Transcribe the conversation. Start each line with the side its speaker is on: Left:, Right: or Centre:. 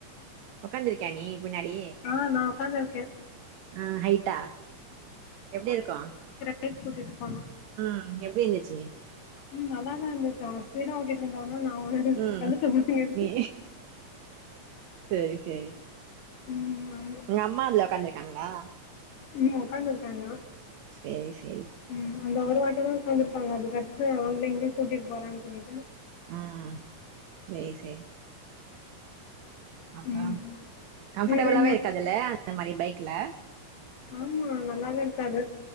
Right: உக்காந்துருக்கியா நீ பின்னாடி
Left: ஆ நா உக்காந்துருக்கே
Right: அ ஹைட்டா எப்டி இருக்கு
Left: பைக் ஓட்டிட்டு போனு
Right: ம் எப்டி இருந்திச்சு
Left: ம் நல்லாதா இருந்துச் அவெ ஸ்பீடா ஓட்டிட்டு வந்தானா நா அவெ
Right: ம்
Left: கழுத்த போட்டு நெறுச்சு
Right: நீ சேரி சேரி
Left: ம் ஆமா
Right: உங்க அம்மா அதுல உட்காந்துருக்காங்களா
Left: ம் ஓக்காந்து இருக்காங்க
Right: சேரி சேரி
Left: ம் அந்த ஒரு வாட்டி தா உக்காந்துருப்பாங்க அதுக்கடுத்து அவுங்ள எங்கெயு கூட்டிட்டு போறான் சொல்லிட்டு
Right: ம் சேரி சேரி அப்பறொ
Left: ம்
Right: கம்ஃபர்டபுளாவே
Left: வேறு என்ன
Right: இருக்காதுல்ல அந்த மாரி பைக்குல
Left: ஆமா நல்லாவே இருக்காது